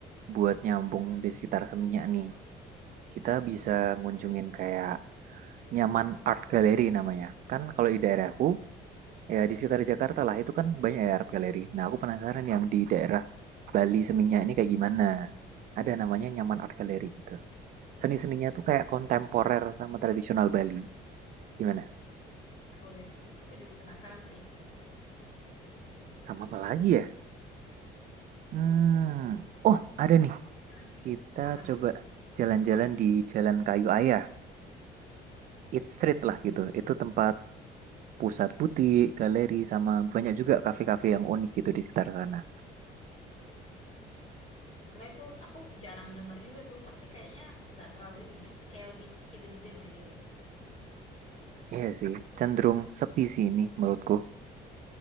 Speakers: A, on the right; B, on the left.
A: buat nyambung di sekitar Seminyak nih. Kita bisa ngunjungin kayak Nyaman Art Gallery namanya. Kan kalau di daerahku Ya, di sekitar Jakarta lah, itu kan banyak ya art galeri. Nah, aku penasaran yang di daerah Bali Seminyak ini kayak gimana. Ada namanya Nyaman Art Gallery gitu. Seni-seninya tuh kayak kontemporer sama tradisional Bali. Gimana?
B: Ya boleh. Aku juga penasaran sih.
A: Sama apa lagi ya? Hmm. Oh, ada nih.
B: Ya.
A: Kita
B: Apa
A: coba
B: tuh?
A: jalan-jalan di Jalan Kayu Ayah. Eat Street lah gitu. Itu tempat pusat butik, galeri, sama banyak juga kafe-kafe yang unik gitu di sekitar sana.
B: Mulai tuh aku jarang denger juga tuh. Pasti kayaknya nggak terlalu ini ya. Kayak lebih hidden gem ya dia. ya.
A: Iya sih, cenderung sepi sih ini menurutku.